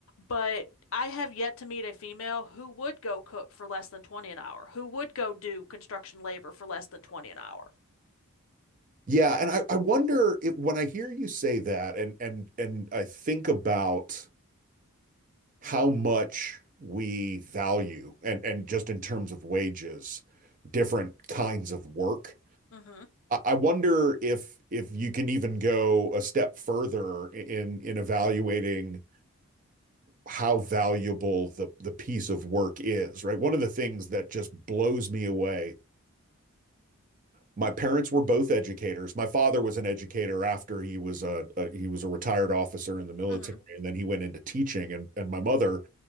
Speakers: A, on the left; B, on the right.
A: But I have yet to meet a female who would go cook for less than 20 an hour, who would go do construction labor for less than 20 an hour.
B: yeah, and I, I wonder if when I hear you say that and and and I think about how much we value and and just in terms of wages, different kinds of work
A: hmm
B: I wonder if if you can even go a step further in in evaluating how valuable the the piece of work is, right? One of the things that just blows me away. My parents were both educators. My father was an educator after he was a, a he was a retired officer in the military,
A: hmm
B: and then he went into teaching. and And my mother